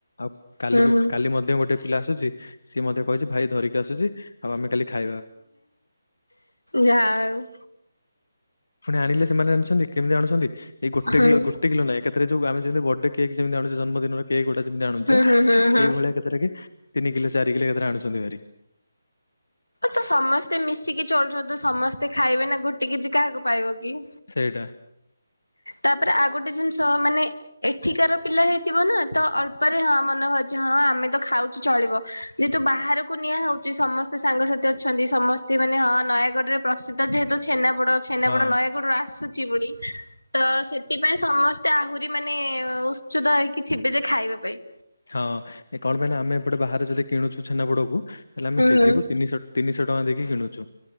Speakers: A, on the left (about 70°); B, on the left (about 85°).
A: ଆଉ କାଲି
B: ହୁଁ
A: ବି
B: ହୁଁ
A: କାଲି ମଧ୍ୟ ଗୋଟେ ପିଲା ଆସୁଛି ସିଏ ମଧ୍ୟ କହିଛି ଭାଇ ଧରିକି ଆସୁଛି ଆଉ ଆମେ କାଲି ଖାଇ
B: ଯା ହଉ।
A: ପୁଣି ଆଣିଲେ ସେମାନେ ଆଣିଛନ୍ତି କେମିତି ଆଣୁଛନ୍ତି ଏଇ ଗୋଟେ
B: ହୁଁ
A: କିଲୋ ଗୋଟେ କିଲୋ ନାହିଁ ଏକଥରେ ଯୋଉ ଆମେ ଯେମିତି ବଡେ କେକ୍ ଯେମିତି ଆଣୁଛେ ଜନ୍ମଦିନର କେକ୍ ଗୁଡ଼ାକ ଯେମିତି ଆଣୁଛେ
B: ହୁଁ ହୁଁ ହୁଁ
A: ସେଇ
B: ହୁଁ।
A: ଭଳିଆ ଏକା ଥରକେ ତିନି କିଲୋ ଚାରି କିଲୋ ଏଥର ଆଣୁଛନ୍ତି ଭାରି
B: ତ ସମସ୍ତେ ମିଶିକି ଚଳୁଛନ୍ତି ସମସ୍ତେ ଖାଇବେ ନା ଗୋଟ କିଛି କାହାକୁ ପାଇବ କି।
A: ସେଇଟା।
B: ତାପରେ ଆଉ ଗୋଟେ ଜିନିଷ ମାନେ ଏଠିକାର ପିଲା ହେଇଥିବ ନା ତ ଅଳ୍ପରେ ରେ ହଁ ମନେ ହଁ ଆମେ ତ ଖାଉଛୁ ଚଳିବ। ଯେହେତୁ ବାହାରକୁ ନିଆ ହଉଚଛି ସମସ୍ତେ ସାଙ୍ଗସାଥି ଅଛନ୍ତି ସମସ୍ତେ ମାନେ ହଁ ନୟାଗଡ଼ରେ ପ୍ରସିଦ୍ଧ ଯେହେତୁ ଛେନାପୋଡ଼ ଛେନାପୋଡ଼
A: ହଁ
B: ନୟାଗଡ଼ରୁ ଆସୁଛି ପୁଣି। ତ ସେଥିପାଇଁ ସମସ୍ତେ ଆହୁରି ମାନେ ଉତ୍ସୁଦ ହେଇକି ଥିବେ ଯେ ଖାଇବା ପାଇଁ।
A: ହଁ କଣ ପାଇଁ ନା ଆମେ ଏପଟେ ବାହାରେ ଯଦି କିଣୁଛୁ ଛେନାପୋଡ଼କୁ ତାହେଲେ ଆମେ
B: ହୁଁ
A: କେଜିକୁ
B: ହୁଁ
A: ତିନିଶହ ତିନିଶହ ଟଙ୍କା ଦେଇକି କିଣୁଛୁ